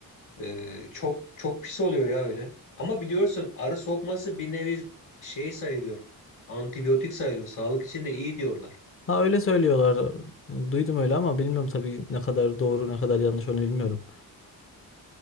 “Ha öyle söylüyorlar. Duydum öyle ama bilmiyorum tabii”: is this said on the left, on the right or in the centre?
Left